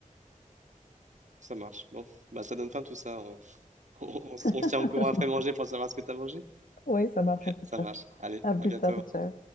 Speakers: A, on the right; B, on the left.
A: ça marche. Bon, bah, ça donne fin tout ça. On, on, on
B: <laughs>
A: se tient au courant après manger pour savoir ce que t'as mangé?
B: Oui, ça marche en plus
A: Ça
B: tard.
A: marche. Allez,
B: À plus
A: à bientôt.
B: tard, ciao.